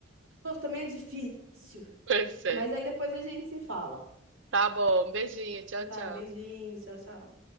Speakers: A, on the right (about 85°); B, on the right (about 70°).
A: povo também é difícil.
B: pois é.
A: Mas aí depois a gente se fala.
B: Tá bom. Beijinho. Tchau,
A: Então tá,
B: tchau.
A: beijinho, tchau, tchau.